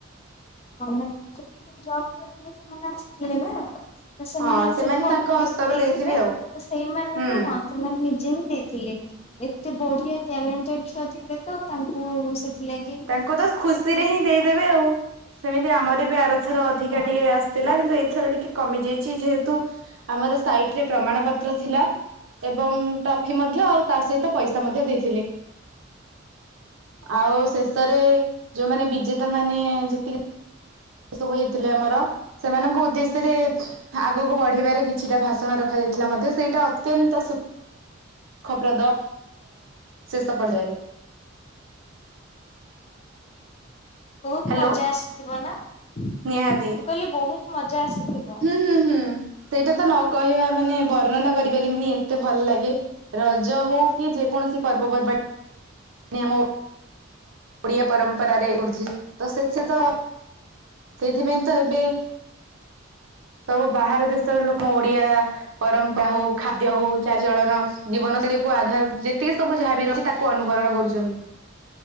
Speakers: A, on the left; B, on the right.
A: ହଁ ମାନ ଯୋଉମାନେ ଜବ କରିଥିଲେ ସେମାନେ ଆସିଥିଲେ ନା ସେମାନେ
B: ହଁ
A: ସେ ଫୋନ
B: ତାଙ୍କ
A: କୁ
B: ହସ୍ତରୁ
A: କିଛି ଦେଇଥିଲେ
B: ଦେଇଥିବେ ଆଉ
A: ସେଇମାନେ
B: ହୁଁ
A: ହିଁ ହଁ ସେମାନେ ନିଜେ ହିଁ ଦେଇଥିଲେ। ଏତେ ବଢିଆ ଟ୍ୟାଲେଣ୍ଟେଡ ଛୁଆ ଥିଲେ ତ ତାଙ୍କୁ ସେଥିଲାଗି
B: ତାଙ୍କୁ ତ ଖୁସିରେ ହିଁ ଦେଇଦେବେ ଆଉ ସେମିତି ଆମର ବି ଆରଥର ଅଧିକା
A: ହଁ
B: ଟିକେ ଆ ଥିଲା କିନ୍ତୁ ଏଥର ଟିକେ କମି ଯାଇଛି ଯେହେତୁ ଆମର ସାଇଟ ରେ ପ୍ରମାଣ ପତ୍ର ଥିଲା ଏବଂ ଟ୍ରଫି ମଧ୍ୟ ଆଉ ତା ସହିତ ପଇସା ମଧ୍ୟ ଦେଇଥିଲେ। ଆଉ ଶେଷରେ ଯୋଉମାନେ ବିଜେତା ମାନେ ଯେତିକି ଏ ସବୁ ହେଇଥିଲେ ଆମର ସେମାନଙ୍କ ଉଦ୍ଦେଶ୍ୟରେ ଆଗକୁ ବଢିବାରେ କିଛିଟା ଭାଷଣ ରଖାଯାଇଥିଲା। ଥିଲା ମଧ୍ୟ ସେଇଟା ଅତ୍ୟନ୍ତ ସୁଖପ୍ରଦ ଶେଷ ପର୍ୟରେ।
A: ବହୁତ
B: ହ୍ୟାଲୋ
A: ମଜା ଆସିଥିବ ନା ମୁଁ
B: ନିହାତି।
A: କହିଲି ବହୁତ ମଜା ଆସିଥିବ।
B: ହୁଁ ହୁଁ ହୁଁ। ସେଇଟା ତ ନ କହିବା ମାନେ ବର୍ଣ୍ଣନା କରିପାରିବିନି ଏତେ ଭଲ ଲାଗେ ରଜ ହଉ କି ଯେ କୌଣସି ପର୍ବ ପର୍ବାଣି ଆମ ଓଡିଆ ପରମ୍ପରାରେ ଉଠ ତ ସେଥି ତ ସେଥିପାଇଁ ତ ଏବେ ସବୁ ବାହାର ଦେଶର ଲୋକ ଓଡିଆ ପରମ୍ପରା ହଉ ଖାଦ୍ୟ ହଉ ଚାରଚଳନ ଜୀବନଶୈଳୀ କୁ ଆଧାର ଯେତିକି ସବୁ ଯାହାବି ର ତାକୁ ଅନୁକରଣ କରୁଛନ୍ତି।